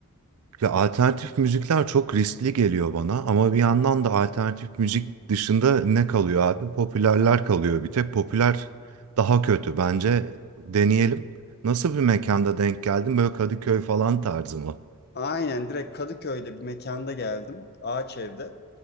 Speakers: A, on the right; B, on the left.
A: Ya alternatif müzikler çok riskli geliyor bana ama bir yandan da alternatif müzik dışında ne kalıyor abi? Popülerler kalıyor. Bir tek popüler daha kötü. Bence deneyelim. Nasıl bir mekanda denk geldin? Böyle Kadıköy falan tarzı mı?
B: Aynen direkt Kadıköy'de bir mekanda geldim. Ağaç evde.